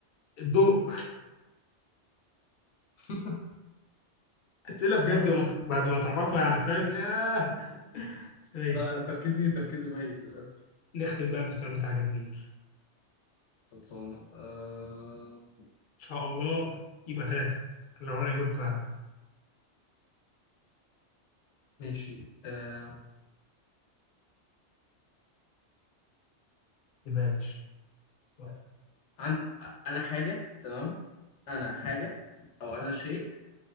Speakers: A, on the left; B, on the left.
A: الضوء
B: <laughs>
A: اسئله بجد
B: صح
A: بعد بعد ما تعرفها يعني فاهم ياه بس ماشي
B: أنا تركيزي تركيزي ميت للاسف
A: نختم بقى بالسؤال بتاعك يا كبير
B: خلصانة آه...
A: ان شاء الله يبقى ثلاثة لو انا جبت
B: ماشي آه...
A: يبقى يا باشا سؤال.
B: عند أنا حاجة تمام أنا حاجة أو أنا شيء